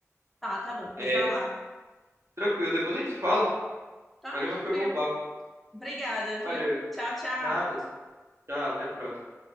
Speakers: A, in the centre; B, on the right (about 50°).
A: Tá, tá bom, pois
B: É,
A: vai lá.
B: tranquilo, depois a gente se fala.
A: Tá,
B: Valeu,
A: tranquilo.
B: mas foi bom papo.
A: Obrigada, viu?
B: Valeu,
A: Tchau, tchau.
B: nada. Tchau, até a próxima.